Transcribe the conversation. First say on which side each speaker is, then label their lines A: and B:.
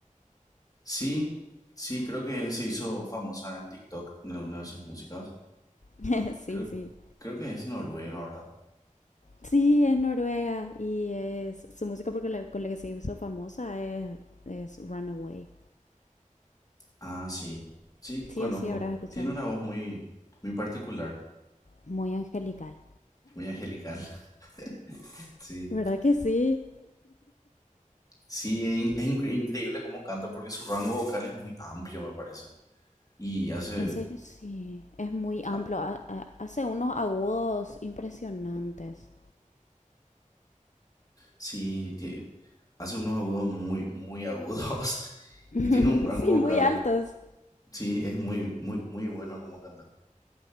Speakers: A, on the left; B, on the left.
A: Sí, sí, creo que se hizo famosa en TikTok en alguna de sus músicas.
B: <laughs> sí,
A: Creo,
B: sí.
A: creo que es noruega, ¿verdad?
B: Sí, es noruega y es su música porque la- con la que se hizo famosa es, es Runaway.
A: Ah, sí, sí,
B: Sí
A: conozco.
B: o sí habrás escuchado.
A: Tiene una voz muy, muy particular,
B: muy angelical.
A: muy angelical. <laughs> Sí,
B: ¿Verdad que sí?
A: sí, es, in- es incre- increíble cómo canta porque su rango vocal es muy amplio, me parece. y hace,
B: En serio, sí. Es muy amplio.
A: ah,
B: ha- ha- hace unos agudos impresionantes.
A: sí, tie- hace unos agudos muy, muy agudos <laughs>
B: <laughs>
A: y tiene un rango
B: sí,
A: vocal,
B: muy altos.
A: sí, es muy, muy, muy bueno como canta.